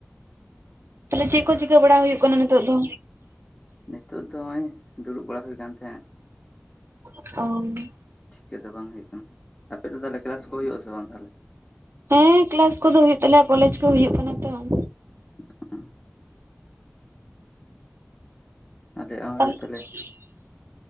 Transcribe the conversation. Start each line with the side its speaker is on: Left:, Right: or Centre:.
Right: ᱛᱟᱞᱚᱦᱮ ᱪᱮᱫ ᱠᱚ ᱪᱤᱠᱟᱹ ᱵᱟᱲᱟ ᱦᱩᱭᱩᱜ ᱠᱟᱱᱟ ᱱᱤᱛᱚᱜ ᱫᱚ?
Left: ᱱᱤᱛᱳᱜ ᱫᱚ ᱚᱜᱼᱚᱭ ᱫᱩᱲᱩᱵ ᱵᱟᱲᱟ ᱦᱩᱭ ᱠᱟᱱ ᱛᱟᱦᱮᱸᱫ ᱾
Right: <unintelligible>
Left: ᱪᱤᱠᱟᱹ ᱫᱚ ᱵᱟᱝ ᱦᱩᱭᱩᱜ ᱠᱟᱱᱟ᱾ ᱟᱯᱮ ᱫᱚ ᱛᱟᱦᱚᱞᱮ ᱠᱮᱞᱟᱥ ᱠᱚ ᱦᱩᱭᱩᱜᱼᱟ ᱥᱮ ᱵᱟᱝ ᱛᱟᱦᱚᱞᱮ?
Right: ᱦᱮᱸ ᱠᱮᱞᱟᱥ ᱠᱚᱫᱚ ᱦᱩᱭᱩᱜ ᱛᱟᱞᱮᱭᱟ ᱠᱚᱞᱮᱡ ᱠᱚ ᱦᱩᱭᱩᱜ ᱠᱟᱱᱟ ᱛᱚ ᱾
Left: <unintelligible> ᱟᱞᱮᱭᱟᱜ ᱦᱚᱸ
Right: <unintelligible>
Left: ᱦᱩᱭᱩᱜ ᱛᱟᱞᱮᱭᱟ